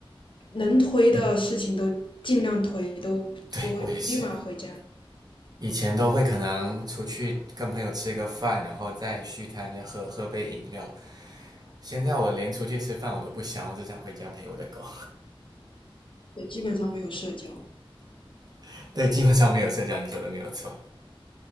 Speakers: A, on the left; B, on the right.
A: 能推的事情都尽量推，
B: 嗯，
A: 都就会立马回家。
B: 对我也是。以前都会可能出去跟朋友吃个饭，然后再去他再喝喝杯饮料。现在我连出去吃饭我都不想，我只想回家陪我的狗。
A: 对，基本上没有社交。
B: <laughs> 对，基本上没有社交，你说的没有错。